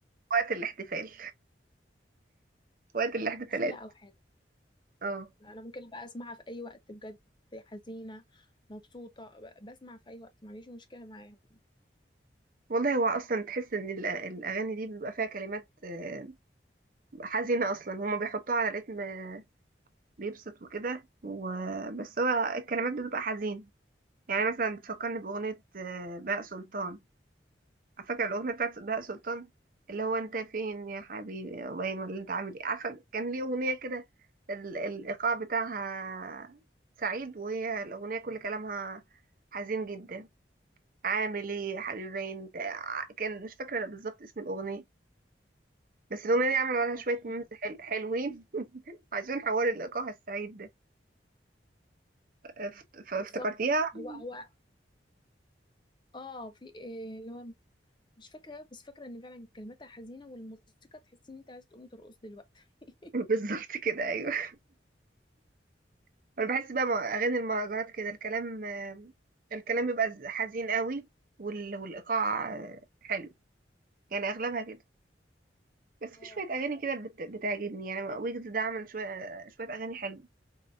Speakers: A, on the right (about 50°); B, on the left (about 25°).
A: وقت الاحتفال وقت الاحتفالات
B: حفلة او حاجة
A: اه
B: انا ممكن ابقى اسمعها في اي وقت بجد حزينة مبسوطة ب- بسمع في اي وقت ما عنديش مشكلة معاها
A: والله هو اصلا تحس ان الأ- الاغاني دي بيبقى فيها كلمات آه، حزينه اصلا هما بيحطوها على رتم آه، بيبسط وكده و- بس هو الكلمات بتبقى حزين يعني مثلا بتفكرني باغنيه آه، بهاء سلطان على فكره الاغنيه بتاعت بهاء سلطان اللي هو انت فين يا حبيبي وين ولا انت عامل ايه عارفه كان ليه اغنيه كده ال- الايقاع بتاعها سعيد وهي الاغنيه كل كلامها حزين جدا عامل ايه يا حبيبي انت كان مش فاكره بالظبط اسم الاغنيه بس الاغنيه دي عملوا عليها
B: اه
A: شويه ميمز حل... حلوين <laughs> عشان حوار الايقاع السعيد ده افت- فافتكرتيها
B: بالظبط
A: <laughs>
B: هو هو اه في إيه اللي هو مش فاكرة أوي، بس فاكرة ان فعلا كلماتها حزينة والموسيقى تحس ان انت عايزة تقومي ترقص دلوقتي <laughs>
A: بالظبط كده ايوه <laughs> انا بحس بقى مع اغاني المهرجانات كده الكلام الكلام بيبقى ز- حزين قوي وال... والايقاع حلو يعني اغلبها كده بس
B: اه
A: في شويه اغاني كده بت... بتعجبني يعني ويجز ده عمل شويه شويه اغاني حلوه